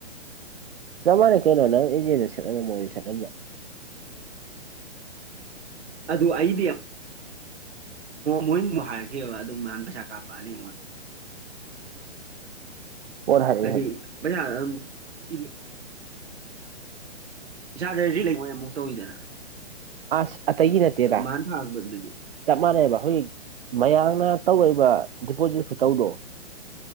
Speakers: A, on the right; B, on the right.
A: ꯆꯞꯃꯥꯟꯅꯩ ꯀꯩꯅꯣ ꯅꯪ ꯏꯖꯦꯟꯗ ꯁꯠꯂ ꯒ ꯃꯣꯏꯗ ꯁꯠꯂꯝꯕ
B: ꯑꯗꯨ ꯑꯩꯗꯤ ꯃꯣꯏꯃꯨꯛ ꯍꯥꯏꯔꯒꯦꯕ ꯑꯗꯨꯝ ꯃꯥꯅ ꯄꯩꯁꯥ ꯀꯥꯞꯄꯛꯑꯅꯤ ꯑꯩꯉꯣꯟꯗ
A: ꯄꯣꯠ ꯍꯥꯏꯔꯛꯑꯦ
B: ꯍꯥꯢꯗꯤ
A: ꯍꯥꯏꯗꯤ
B: ꯄꯩꯁꯥ ꯑꯗꯨꯝ <unintelligible> ꯏꯁꯥꯗꯗꯤ ꯔꯤ ꯃꯣꯏꯅ ꯑꯃꯨꯛ ꯇꯧꯋꯤꯗꯅ
A: ꯑꯁ ꯑꯇꯩꯒꯤ ꯅꯠꯇꯦꯗ
B: ꯃꯥꯅ ꯊꯥꯔꯛꯄꯗꯨꯗꯤ
A: ꯆꯞ ꯃꯥꯟꯅꯩꯕ ꯍꯧꯖꯤꯛ ꯃꯌꯥꯝꯅ ꯇꯧꯔꯛꯏꯕ ꯗꯤꯄꯣꯖꯤꯠ ꯈꯨꯇꯧꯗꯣ